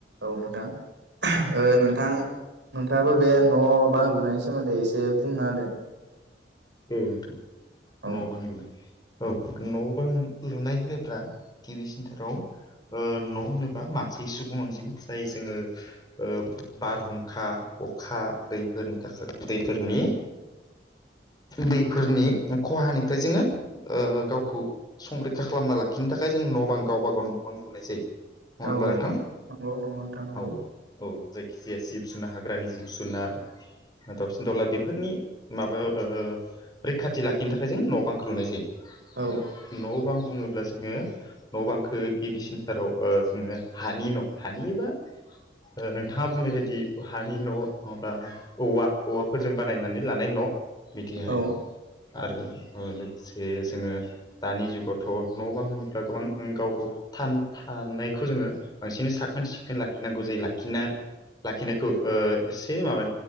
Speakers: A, on the right; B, on the left.
A: औ नोंथां ओ नोंथां नोंथाङाबो बे न' बां लुनायनि सोमोन्दै एसे बुंन होदो
B: औ नोंथां
A: औ
B: न' बां लुनाय औ न' बां लुनाय होनोब्ला गिबिसिन्थाराव ओ न' होनोबा मानसि सुबुं अनजिमा जाय जोङो ओ बारहुंखा अखा दैफोरनि थाखाय दैफोरनि दैफोरनि खहानिफ्राय जोङो ओ गावखौ संरैखा खालामना लाखिनो थाखाय जों न' बां गावबा गाव न' बां लुनाय जायो। नङा होमबा
A: औ
B: नोथां?
A: नंगौ नंगौ नोंथां नंगौ
B: औ औ जायखिजाया जिब जुनार हाग्रानि जिब-जुनार दावसिन दाउला बेफोरनि माबायाव रैखाथि लाखिनो थाखाय जों न' बांखौ लुनाय जायो।
A: औ
B: न' बां बुङोब्ला जोङो न' बांखो गिबिसिनथाराव जोङो हानि न' हानि एबा ओ नोंथाङा बुंनाय बायदि हानि न' नङाबा औवा औवाफोरजों बानायनानै लानाय न' बिदिहाय
A: औ
B: आरो लोगोसे जोङो दानि जुगावथ' न' बां होनोब्ला गोबां गाव गाव थान-थानायखौ जोङो बांसिनै साखोन सिखोन लाखिनांगौ जायो। लाखिना- लाखिनायखौ ओ एसे माबा